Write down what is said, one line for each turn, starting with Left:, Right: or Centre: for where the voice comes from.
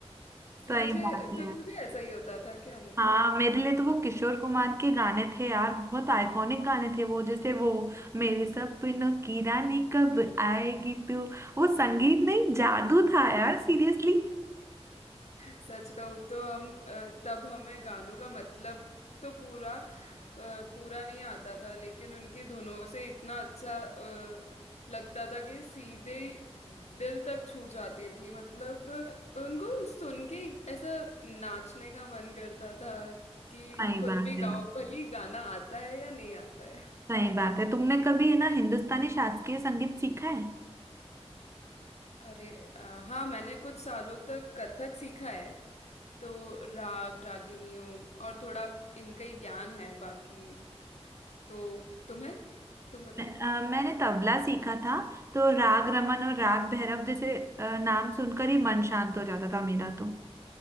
Right: सही
Left: तुझे
Right: बात है
Left: तुझे
Right: यार।
Left: भी ऐसा ही होता था क्या मतलब
Right: हाँ मेरे लिए तो वो किशोर कुमार के गाने थे यार बहुत आइकॉनिक गाने थे वो जैसे वो मेरे सपनों की रानी कब आएगी तू वो संगीत नहीं जादू था यार सीरियसली
Left: सच कहूँ तो हम अ, तब हमें गानों का मतलब तो पूरा अ, पूरा नहीं आता था लेकिन उनकी धुनों से इतना अच्छा अ, लगता था कि सीधे ही दिल तक छू जाती थी मतलब अ, उनको सुन के ऐसा नाचने का मन करता था कि
Right: सही
Left: खुद
Right: बात
Left: भी गाओ
Right: है यार,
Left: भली गाना आता है या नहीं आता है
Right: सही बात है तुमने कभी ना हिंदुस्तानी शास्त्रीय संगीत सीखा है
Left: अरे अ, हाँ मैंने कुछ सालों तक कथक सीखा है तो राग रागिनियों और थोड़ा इनका ही ज्ञान है बाकी तो तुम्हें तुम बताओ
Right: मैं- अ, मैंने तबला सीखा था तो राग रमन और राग भैरव जैसे अ, नाम सुनकर ही मन शांत हो जाता था मेरा तो